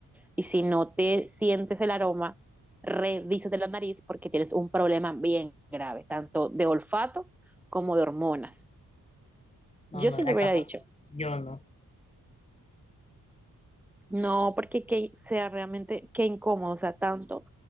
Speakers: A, in the centre; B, on the left.
A: y si no te sientes el aroma, revísate la nariz porque tienes un problema bien grave, tanto de olfato como de hormonas.
B: no,
A: Yo
B: no
A: sí
B: era
A: lo hubiera
B: capaz.
A: dicho.
B: Yo no,
A: No, porque que sea realmente, qué incómodo, o sea, tanto.